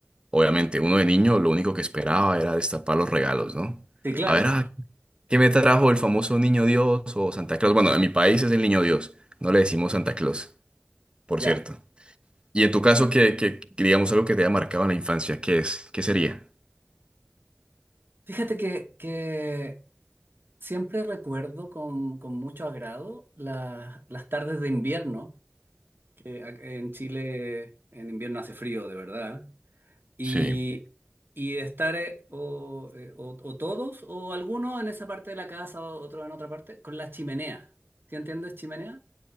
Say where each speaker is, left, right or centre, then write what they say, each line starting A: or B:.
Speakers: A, on the right; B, on the right.
A: Obviamente, uno de niño lo único que esperaba era destapar los regalos, ¿no?
B: Sí, claro.
A: A ver, ah, ¿qué me trajo el famoso Niño Dios o Santa Claus? Bueno, en mi país es el Niño Dios, no le decimos Santa Claus, por
B: Ya.
A: cierto. Y en tu caso, ¿qué, qué- digamos algo que te haya marcado en la infancia? ¿Qué es? ¿Qué sería?
B: Fíjate que, que siempre recuerdo con, con mucho agrado las las tardes de invierno Eh, ac- En Chile en invierno hace frío, de verdad. Y,
A: Sí,
B: y estar eh, o, eh, o- o todos o algunos en esa parte de la casa, o otro en otra parte, con la chimenea. ¿Sí entiendes chimenea?